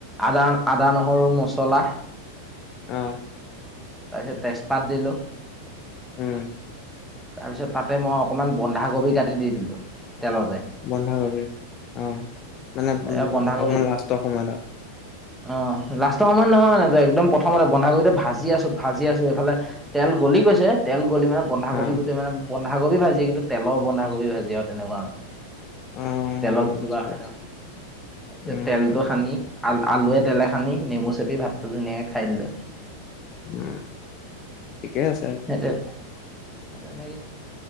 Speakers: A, in the centre; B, on the left.
A: আদা আদা নহৰু মছলা।
B: অ,
A: তাৰপিছত তেজপাত দিলোঁ।
B: উম-
A: তাৰপিছত তাতে মই অকণমান বন্ধাকবি কাটি দি দিলোঁ তেলতে
B: বন্ধা কবি অ মানে উম
A: অ বন্ধাকবি
B: অকমান লাষ্টৰ সময়ত-
A: অ লাষ্টৰ সময়ত নহয়ান একদম প্ৰথমতে বনাই কৰি ভাজি আছো ভাজ- ভাজি আছো এইফালে তেল গলি গৈছে তেল গলি মানে বন্ধাকবি
B: অ',
A: গোটেই মানে- বন্ধাকবি ভাজি কিন্তু তেলৰ বন্ধাকবি ভাজি আৰু তেনেকুৱা মানে-
B: অ',
A: তেলত জোগা
B: বুজি পাইছোঁ।
A: খে হয়- তাৰপিছত
B: উম,
A: তেলতটো খানি আ আলুৱে তেলে খাদি নেমু চেপি ভাতটো ধুনীয়াকে খাই দিলো-
B: উম ঠিকে আছে-
A: তে স তেনেকৈ